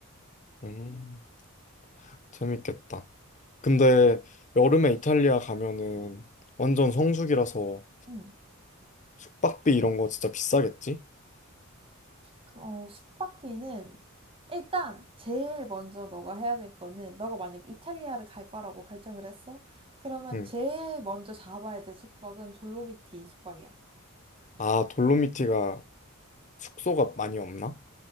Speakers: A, on the left; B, on the right.
A: 음. 재밌겠다. 근데 여름에 이탈리아 가면은 완전 성수기라서
B: 음.
A: 숙박비 이런 거 진짜 비싸겠지?
B: 그, 어, 숙박비는 일단 제일 먼저 너가 해야 될 거는 너가 만약 이탈리아를 갈 거라고 결정을 했어? 그러면
A: 응.
B: 제일 먼저 잡아야 될 숙박은 돌로미티 숙박이야.
A: 아, 돌로미티가 숙소가 많이 없나?